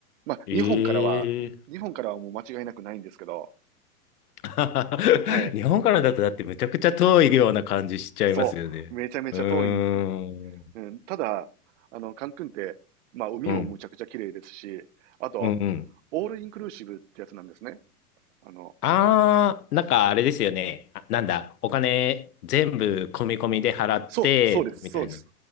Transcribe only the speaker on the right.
まあ、
日本からは、
日本からはもう間違いなくないんですけど、
はい、
そう、めちゃめちゃ遠いん、
うん、ただ、あの、カンクンって、まあ、海もむちゃくちゃ綺麗ですし、
あと、
オールインクルーシブってやつなんですね。あの、
そう、そうです、
そうです。